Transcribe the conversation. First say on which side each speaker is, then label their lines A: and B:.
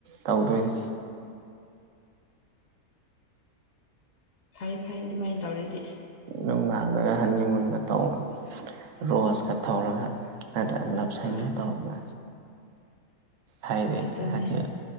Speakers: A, on the right; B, on the left.
A: ꯇꯧꯗꯣꯏꯅꯦ
B: ꯐꯩ -ꯐꯩ ꯑꯗꯨꯃꯥꯏꯅ ꯇꯧꯔꯗꯤ꯫
A: ꯅꯨꯡꯗꯥꯡꯗꯒ ꯍꯅꯤ ꯃꯨꯟꯒ ꯇꯧꯕꯧꯕ ꯔꯣꯁꯀ ꯊꯧꯔꯒ ꯅꯠꯇ꯭ꯔꯦ ꯂꯞ ꯁꯟꯅ
B: ꯑ
A: ꯇꯧꯔꯒ ꯍꯥꯏꯗꯤ
B: ꯑꯗꯨꯅꯦ
A: ꯍꯥꯗꯦ